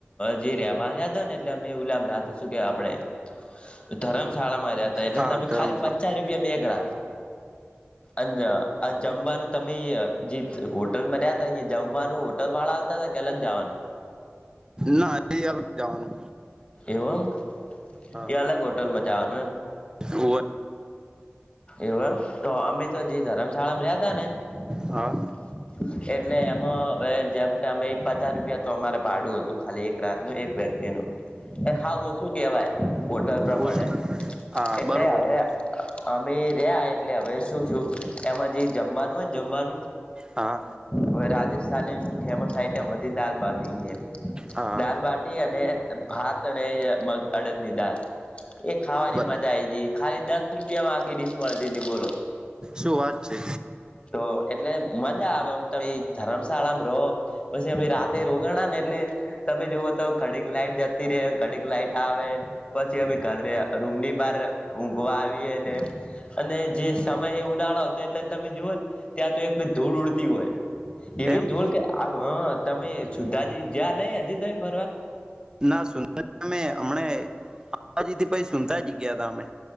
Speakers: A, on the left; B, on the right.
A: જે રેવા રહ્યા હતા ને એટલે અમે ઉલામ રાતા શું કે આપણે <unintelligible> ધરમશાળામાં રહ્યા હતા એટલે
B: હા
A: તમે
B: ધર્મશાળા
A: ખાલી પચાસ રૂપિયામાં એક રાત અને આ જમવાનું તમે જે હોટલ માં રહ્યા તા અહ જમવાનું. ટલ વાળા આવતા હતા કે અલગ જવાનું?
B: ના એ ગ જવાનું
A: એવું એમ
B: હા
A: એ અલગ હોટલમાં જવાનું એમ
B: હોવે
A: એવું એમ તો અમે તો જે ધરમશાળામાં રહ્યા ત ને
B: હા
A: <unintelligible> એટલે એમાં હવે જેમ કે અમે એક પાચાસ રૂપિયા તો અમારે પાડું હતું ખાલી એક રાત નું એક વ્યક્તિ નું એ હા ઓછું કેહેવાય વટર પ્રમાણે
B: ઓછું હા
A: એટલે
B: બરોબર
A: હવે અમે રહ્યા એટલે હવે શું છું એમાં જે જમવાનું હોયને જમવાનું
B: હા
A: હવે રાજ ફેમસ આઈટમ હતી દાલબાટી
B: હા
A: દાલબાટી અને ભાત અને મગ અડદ ની દાળ એ ખાવાની
B: બરાબર
A: મજા આઈ ગ ખાલી દસ રૂપિયામાં આખી ડીશ મળતી હતી બોલો
B: શું વાત છે.
A: તો એટલે મજા આવે આમ તમે ધમશાળામાં રહો. પછી અમે રાતે રોગાણા ને એટલે તમે જુઓ તો ખડીક લાઈટ જતી રહે ખડીક લાઈટ આવે પછી અમે ઘરને રૂમ ની બહાર ઊઘવા આવી અને અને જે સમય એ ઉનાળો હતો એટલે તમે જુઓ ને ત્યાં તો એક ધૂળ ઉડતી હોય એવી
B: એમ
A: જોલ કે આવ હ તમે સુુંતાજી જયા નહી હજી તમે ફરવા
B: ના અમે હમણા અંબાજીથી પછી સુનતા જ ગયા ત અમે